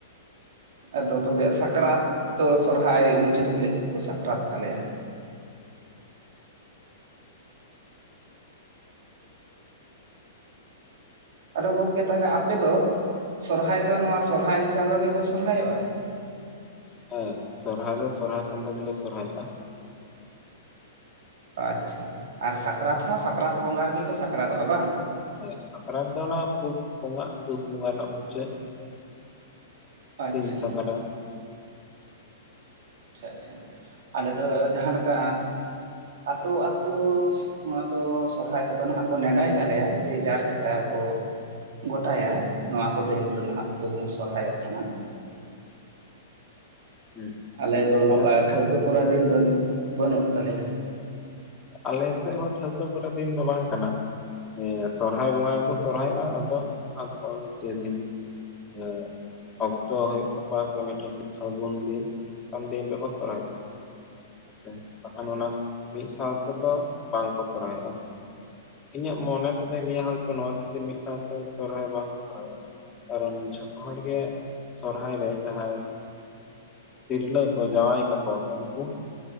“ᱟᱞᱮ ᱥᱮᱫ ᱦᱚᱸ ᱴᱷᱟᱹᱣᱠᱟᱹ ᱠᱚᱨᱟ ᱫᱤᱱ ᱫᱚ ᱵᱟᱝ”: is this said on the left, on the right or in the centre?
Left